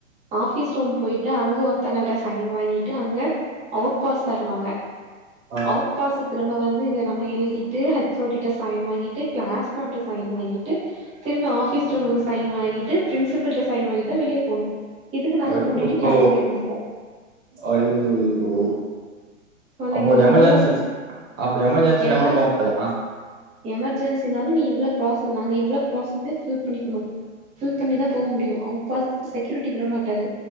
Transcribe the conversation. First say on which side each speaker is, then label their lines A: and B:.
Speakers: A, on the right; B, on the right.
A: ஆஃபிஸ் ரூம் போயிட்டு அங்க ஒருத்தங்கள்ட்ட சைன் வாங்கிட்டு அங்க அவுட் பாஸ் தருவாங்க
B: ஆ
A: அவுட் பாச திரும்ப வந்து இத நம்ம எழுதிட்டு ஹெச் ஓ டி ட்ட சைன் வாங்கிட்டு க்ளாஸ் மேம்ட சைன் வாங்கிட்டு திரும்ப ஆஃபிஸ் ரூம்முக்கு சைன் வாங்கிட்டு பிரின்சிப்பல்ட சைன் வாங்கிட்டு தா வெளிய போணு இதுக்கு
B: <inaudible>
A: நாங்க மூடிட்டு கிளாஸ்லயே இருந்துப்போ
B: அய்யோ அய்யோ
A: சொல்லுங்க
B: அப்போ ஒரு
A: இவ்வளவு
B: எமர்ஜென்சி அப்ப எமர்ஜென்சினா
A: எமன்
B: கூட போ முடியாதா
A: எமர்ஜென்சினாலு நீ இவ்ளோ ப்ராச நாங்க இவ்ளோ ப்ராசஸே ஃபில் பண்ணிக்கணு ஃபில் பண்ணிதா போ முடியு அவுட் பாஸ் செக்யூரிட்டி விட மாட்டாரு